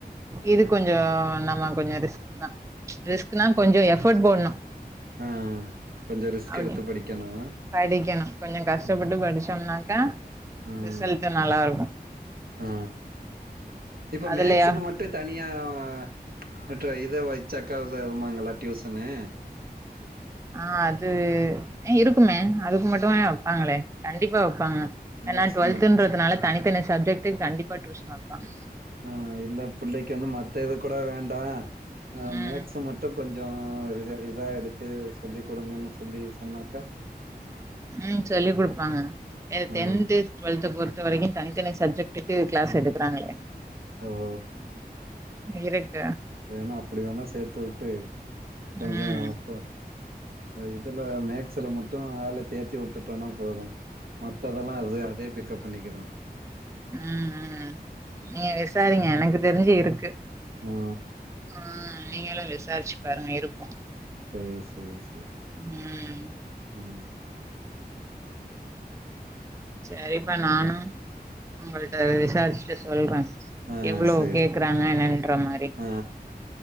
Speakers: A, on the right; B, on the right.
A: இது கொஞ்சோ நம்ம கொஞ்ச ரிஸ்க்தா ரிஸ்க்னா கொஞ்ச எஃபர்ட் போட்ணு
B: ம் கொஞ்ச ரிஸ்க்
A: அப்டி
B: எடுத்து படிக்கணு
A: படிக்கணு கொஞ்சோ கஷ்டப்பட்டு
B: ம்
A: படிச்சோம்னாக்கா
B: ம்
A: ரிசல்ட் நல்லா இருக்கு
B: ஆ இப்ப
A: அதுலயா
B: மேக்ஸுக்கு மட் விட்டு தனியாக ந இத வைச்சாக்கா வருதுமாங்களா டியூசனு
A: ஆ அது இருக்குமே அதுக்கு மட்டும் வைப்பாங்களே கண்டிப்பா வைப்பாங்க ஏனா
B: மேக்ஸுக்கு
A: டுவெல்தன்றதுனால
B: மட்
A: தனி இத்தன சஜெக்டுக்கு கண்டிப்பா டியூஷன் வைப்பாங்க
B: ஆ இல்ல பிள்ளைக்கு வந்து மத்த இது கூட வேண்டா ஆ
A: ம்
B: மேக்ஸ் மட்டு கொஞ்சோ கொஞ்சோ ரி இதா எடுத்து சொல்ல கொடுங்கன்னு சொல்லி சொன்னாக்கா
A: உ சொல்லி கொடுப்பாங்க
B: ஆ
A: டென்து டு்வெல்த் பொறுத்த வரைக்கு தனித்தனி சப்ஜெக்டுக்கு கிளாஸ் எடுக்குறாங்க
B: ஹலோ
A: இருக்க
B: வேணா அப்டி வேணா சேர்த்து விட்டு கொஞ்சோப்ப
A: ம்
B: இதுல மேக்சல மட்டு ஆள தேத்தி விட்டுட்டோனா போது மத்ததெல்லா அது அதே பிக்கப் பண்ணிக்கி பண்ணிக்கிரூ
A: உ உ நீங்க விசாரிங்க எனக்கு தெரிஞ்சு இருக்கு
B: ஆ
A: ஆ நீங்களு விசாரிச்சு பாருங்க இருக்கு
B: சேரி சேரி சேரி
A: ம்
B: உ
A: சேரிப்பா நானு உங்கள்ட்ட விசாரிச்சுட்டு சொல்றே
B: ஆ
A: எவ்ளோ
B: சரி
A: கேக்குறாங்க என்னன்ற மாதிரி
B: ஆ